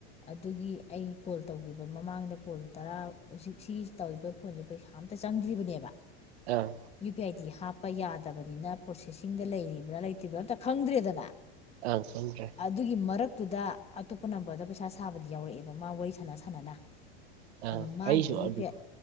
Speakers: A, on the left (about 20°); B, on the right (about 80°).
A: ꯑꯗꯨꯒꯤ ꯑꯩ ꯀꯣꯜ ꯇꯧꯈꯤꯕ ꯃꯃꯥꯡꯗ ꯀꯣꯜ ꯇꯔꯥ ꯍꯧꯖꯤꯛ ꯁꯤ ꯇꯧꯔꯤꯕ ꯐꯣꯟꯁꯦ ꯄꯩꯁꯥ ꯑꯝꯇ ꯆꯪꯗ꯭ꯔꯤꯕꯅꯦꯕ
B: ꯑꯥ
A: ꯌꯨ ꯄꯤ ꯑꯥꯏꯗꯤ ꯍꯥꯞꯄ ꯌꯥꯗꯕꯅꯤꯅ ꯄ꯭ꯔꯣꯁꯦꯁꯤꯡꯗ ꯂꯩꯔꯤꯕ꯭ꯔꯥ ꯂꯩꯇ꯭ꯔꯤꯕ꯭ꯔꯥ ꯑꯝꯇ ꯈꯪꯗ꯭ꯔꯦꯗꯅ
B: ꯑꯪ ꯆꯣꯟ꯭ꯔꯦ
A: ꯑꯗꯨꯒꯤ ꯃꯔꯛꯇꯨꯗ ꯑꯇꯣꯞꯄ ꯅꯝꯕꯔꯗ ꯄꯩꯁꯥ ꯁꯥꯕꯗꯤ ꯌꯥꯎꯔꯛꯑꯦꯕ ꯃꯥ ꯋꯥꯔꯤ ꯁꯥꯟꯅ ꯁꯥꯟꯅꯅ
B: ꯑꯪ
A: ꯑꯗ ꯃꯥꯒꯤꯗꯤ
B: ꯑꯩꯁꯨ ꯑꯗꯨ
A: ꯌꯨ ꯄꯤ ꯑꯥꯏ